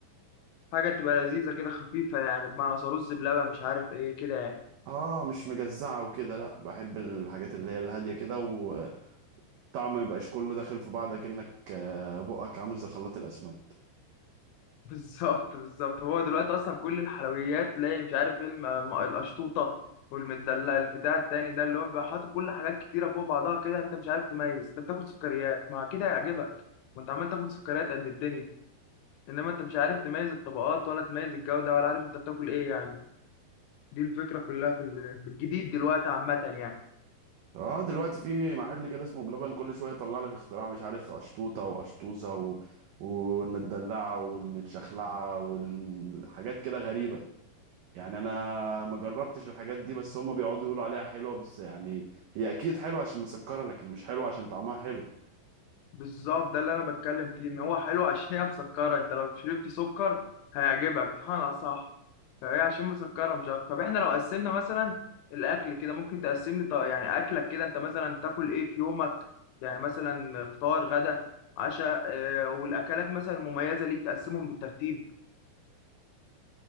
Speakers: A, on the left; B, on the right.
A: حاجة تبقى لذيذة كده خفيفة يعني بمعنى رز بلبن مش عارف ايه كده يعني
B: اه مش مجزعه وكده لا بحب الحاجات اللي هي الهاديه كده وطعم ما يبقاش كله داخل في بعض كأنك آه، بقك عامل زي خلاط الاسمنت
A: <laughs> بالظبط بالظبط هو دلوقتي اصلا كل الحلويات تلاقي مش عارف ايه الم- الم- القشطوطة والمدلع البتاع التاني ده اللي هو بيبقى حاطط كل حاجات كتيرة فوق بعضها كده انت مش عارف تميز انت بتاكل سكريات مع كده هيعجبك وانت عمال تاكل سكريات قد الدنيا انما انت مش عارف تميز الطبقات ولا تميز الجودة ولا عارف انت بتاكل ايه يعني دي الفكرة كلها في ال- في الجديد دلوقتي عامة يعني
B: اه دلوقتي في محل كده اسمه بلبن كل شويه يطلع لك اختراع مش عارف اشطوطه واشطوزه و... والمدلعه والمتشخلعه والحاجات كده غريبه يعني انا ما جربتش الحاجات دي بس هم بيقعدوا يقولوا عليها حلوه بس يعني هي اكيد حلوه عشان مسكره لكن مش حلوه عشان طعمها حلو
A: بالظبط ده اللي انا بتكلم فيه ان هو حلو عشان هي مسكره انت لو شربت سكر هيعجبك بمعنى صح فهي عشان مسكره مش اكتر طب احنا لو قسمنا مثلا الاكل كده ممكن تقسم لي طيب يعني اكلك كده انت مثلا تاكل ايه في يومك يعني مثلا فطار غدا عشاء آه، والاكلات مثلا المميزه ليك تقسمهم بالترتيب